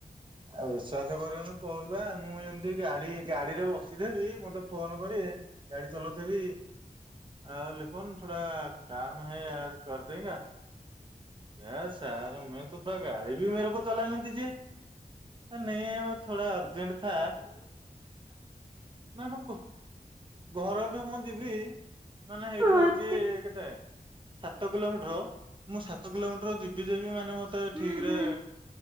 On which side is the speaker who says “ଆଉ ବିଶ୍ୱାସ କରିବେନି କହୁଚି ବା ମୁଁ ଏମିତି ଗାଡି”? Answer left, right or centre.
Right